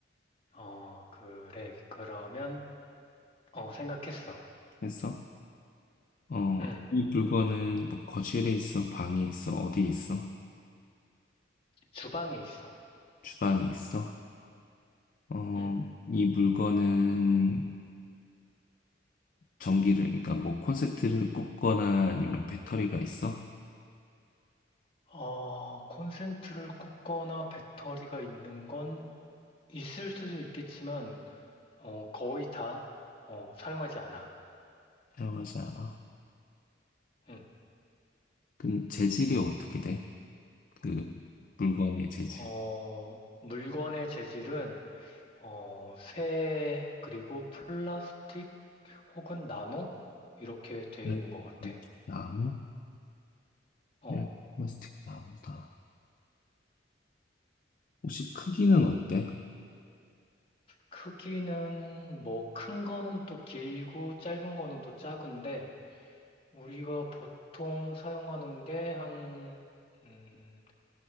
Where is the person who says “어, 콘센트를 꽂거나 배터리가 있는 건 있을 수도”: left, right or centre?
Left